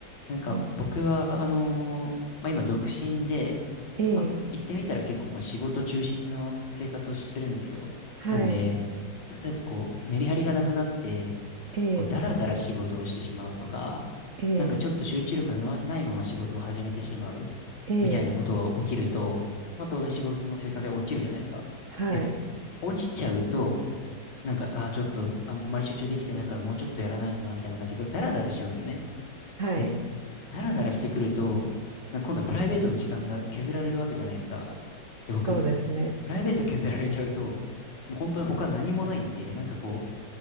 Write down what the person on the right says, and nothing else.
うん
ええ、
はい、
ええ、
ええ、
ええ。
はい。
はい。
そうですね。